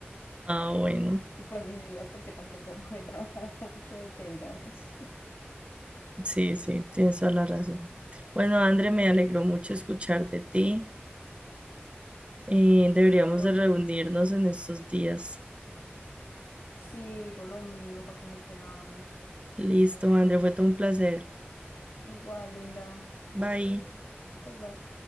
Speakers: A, on the right; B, on the left.
A: Ah, bueno,
B: Este fue mi día porque tampoco voy a <laughs> trabajar mucho y que digamos.
A: sí, sí, tienes toda la razón. Bueno, André, me alegró mucho escuchar de ti. Eh, deberíamos
B: Digo lo
A: de
B: mismo.
A: reunirnos en estos días.
B: Sí, digo lo mismo para que no te amo.
A: Listo, André, fue todo un placer.
B: Igual, linda.
A: Bye.
B: Bye bye.